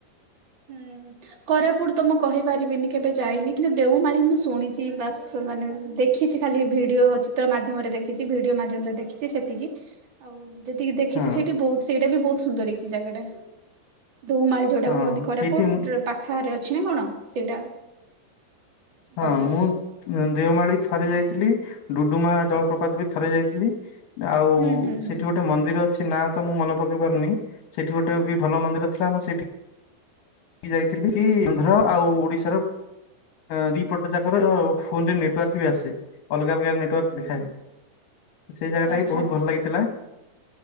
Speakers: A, on the right; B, on the left.
A: ହୁଁ। କୋରାପୁଟ୍ ତ ମୁଁ କହିପାରିବିନି କେବେ ଯାଇନି, କିନ୍ତୁ ଦେଉମାଳି ମୁଁ ଶୁଣିଛି ବାସ୍ ମାନେ ଦେଖିଛି। ଖାଲି ଭିଡିଓ ଚିତ୍ର ମାଧ୍ୟମରେ ଦେଖିଛି। ଭିଡିଓ ମାଧ୍ୟମରେ ଦେଖିଛି ସେତିକି। ଆଉ ଯେତିକି ଦେଖିଛି
B: ହଁ
A: ସେଇଠି ବୋହୁତ୍ ସେଇଟା ବି ବୋହୁତ୍ ସୁନ୍ଦର ହେଇଛି ଜାଗାଟା। ଦୋଉମାଳି ଯୋଉଟା
B: ହଁ
A: କୁହନ୍ତି କୋରାପୁଟ୍
B: ସେଇଠି
A: ପାଖ ଏରିଆ ରେ ଅଛି ନା କଣ ସେଇଟା?
B: ହଁ
A: ବୋଧେ।
B: ମୁଁ ଦେଓମାଳି ଥରେ ଯାଇଥିଲି। ଡୁଡୁମା ଜଳପ୍ରପାତ ବି ଥରେ ଯାଇଥିଲି। ଆଉ
A: ହୁଁ ହୁଁ ହୁଁ
B: ସେଠି ଗୋଟେ ମନ୍ଦିର ଅଛି, ନା ତ ମୁଁ ମନେ ପକେଇ ପାରୁନି। ସେଠି ଗୋଟେ
A: ହୁଁ
B: ବି
A: ହୁଁ
B: ଭଲ ମନ୍ଦିର ତ ମୁଁ ସେଇଠି କି ଯାଇଥିଲି କି ଆନ୍ଧ୍ର
A: ଆଚ୍ଛା
B: ଆଉ ଓଡିଶାର ହଁ ଦି ପଟ ଯାକର ଫୋନ୍ ରେ ନେଟ୍ ୱାର୍କ ବି ଆସେ। ଅଲଗା, ଅଲଗା ଟପ୍
A: ହୁଁ
B: ଦେଖାଏ।
A: ହୁଁ
B: ତ ସେଇ ଜାଗା
A: ଆଚ୍ଛା
B: ଟା ବି ବୋହୁତ୍ ଭଲ ଲାଗିଥିଲା।